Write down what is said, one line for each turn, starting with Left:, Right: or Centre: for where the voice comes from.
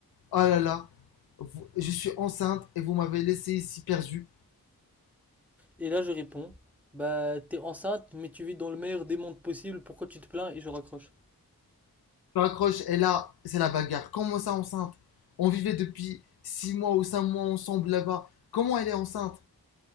Left: ah là là, vous- je suis enceinte et vous m'avez laissé ici perdu.
Centre: Et là, je réponds, bah, t'es enceinte, mais tu vis dans le meilleur des mondes possible, pourquoi tu te plains? Et je raccroche.
Left: m'accroche, et là, c'est la bagarre. Comment ça, enceinte On vivait depuis 6 mois ou 5 mois ensemble là-bas. Comment elle est enceinte